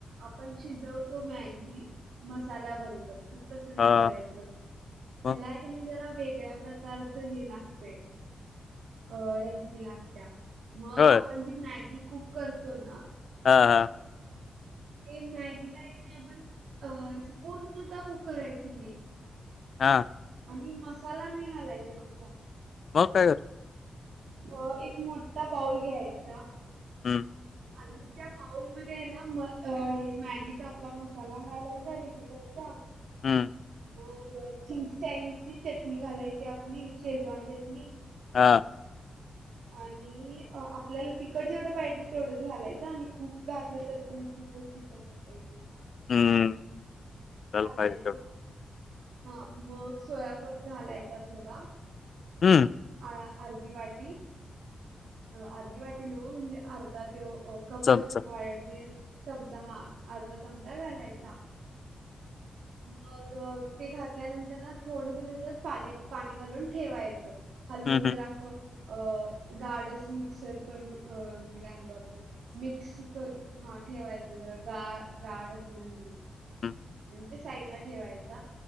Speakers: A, on the right (about 85°); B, on the left (about 55°).
A: आपण शिजव तो मॅगी मसाल्याबरोबर खरं तसं नाही
B: हां.
A: करायचं
B: मग?
A: ह्यालायकनी जरा वेगळ्या प्रकारच ह लागतय अ रेसिपी लागत मग
B: होय.
A: आपण जी मॅगी कुक करतो ना
B: हा हा
A: हे मॅगी ला आहे की नाही आपण अ पूर्णता कुक करायची नाही
B: हा
A: आणि मसाला नाही घालायचा त्याचा
B: हो काय
A: अ एक मोठठा बाऊल घ्यायचा
B: हं
A: अ त्या माउल मध्ये आहे ना हे मॅगीचा आपला मसाला घालायचा रेग्युलरचा
B: हां
A: मग चिंग चायनीज ची चटणी घालायची आपली शेजवान चटणी
B: हा
A: आणि आपल्याला तिकट जेवढं पाहिजे तेवढंच घालायचं आणि खूप घातलं तर पण खूपच तिकट तराला
B: हं. झालं पाहिजे
A: यो
B: तेवढं.
A: हा मग सोया सॉस घालायचा थोडा
B: हम्म
A: अ अर्धी वाटी अ अर्धी वाटी नव म्हणजे अर्धा तो कप
B: चमचा.
A: वाळ हे चमचा हा अर्धा चमचा घालायचा
B: <unintelligible>
A: मग ते घातल्यानंतर थोडस त्याच्यात पा पाणी घालून ठेवायचं हलवून
B: हं,
A: जर
B: हं.
A: असं अ गाडच मिक्सर करून म्हणजे काय म्हणतो आप मिक्स हा ठेवायचं जरा गा गाड असू दे म्हणून
B: <inaudible>
A: आणि ते साईड ला ठेवायच